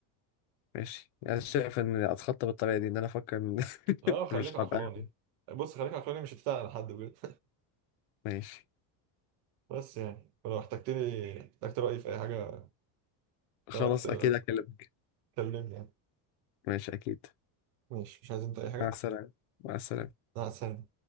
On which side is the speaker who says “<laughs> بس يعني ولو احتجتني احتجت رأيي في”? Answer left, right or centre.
Right